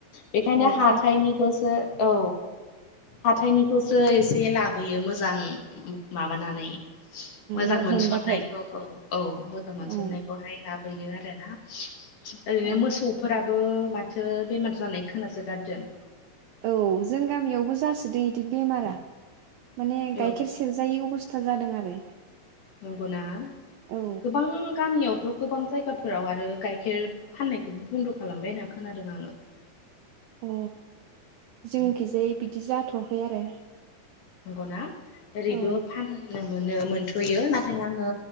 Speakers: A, on the left; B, on the right.
A: बेखायनो
B: औ
A: हाथाइनिखौसो
B: गाइखेर
A: औ हाथाइनि खौसो एसे लाबोयो मोजां माबानानै मोजां
B: ना
A: मोनस'नायखौ
B: मोनबाथाय
A: औ औ मोजां मोनस'नायखौहाय
B: औ
A: ला हैयो आरोना। ओरैनो
B: औ
A: मोसौ फोराबो माथो बेमार जानाय खोनासो गारदों।
B: औ जों गामियावबो जासोदो इदि बेमारा माने
A: औ
B: गाइखेर सेरजायै अबस्था जादों आरो।
A: नंगौना
B: औ
A: गोबां गामियावथ' गोबां जायगाफोराव आरो गाइखेर फाननायखौबो बन्द' खालामबाय होनना खोनादों आङो।
B: अ जोंनिखैजाय बिदि जाथ'आखै आरो।
A: नंगौना ओरैबो
B: औ
A: फान नों मोनो मोनथ'यो नाथाय आङो